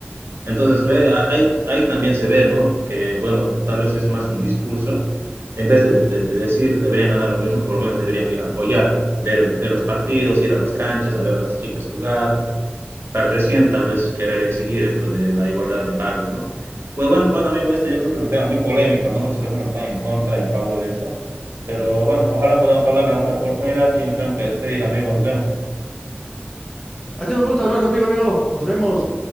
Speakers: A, on the right; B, on the left.
A: Entonces, ve, a- ahí, ahí también se ve, ¿no? Que, bueno, tal vez es más un discurso. En vez de, de- de decir deberían ganar lo mismo, por lo menos deberían ir a apoyar, ver, el- ver los partidos, ir a las canchas, a ver a las chicas jugar, para recién tal vez querer exigir esto de la igualdad de pagos, ¿no? Bueno, bueno, bueno, amigo, esto yo creo que es un tema muy polémico, ¿no? Muchas personas están en contra y a favor de eso. Pero bueno, ojalá podamos hablar en otra oportunidad. Yo me tengo que despedir, amigo, nos vemos.
B: Ha sido un gusto hablar contigo, amigo. Nos vemos.